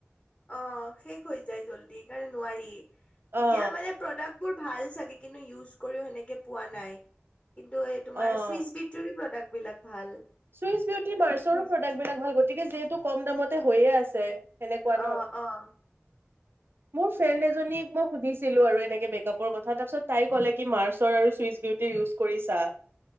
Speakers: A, on the left; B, on the right.
A: অ শেষ হৈ যায় জল্দি সে কাৰণে নোৱাৰি
B: অ
A: এতিয়া মানে প্ৰডাক্ট বোৰ ভাল চাগে কিন্তু ইউজ কৰিও সেনেকে পোৱা নাই। কিন্তু এই তোমাৰ
B: অ
A: চুইচ বি তাক বিলাক ভাল।
B: চুইচ বিউটি মাৰচৰো
A: চুইচ
B: প্ৰডাক্ট
A: বিউটি
B: বিলক ভাল, গতিকে যিহেতু কম দামতে হৈয়ে আছে। সেনেকুৱা
A: অ
B: ন।
A: অহ।
B: মোৰ ফ্ৰেণ্ড এজনীক মই সুধিছো ছিলো আৰু এনেকে মেক আপৰ কথা তাৰ পিছত তাই ক'লে কি মাৰ্চৰ আৰু চুইচ বিউটি ইউজ কৰি চা।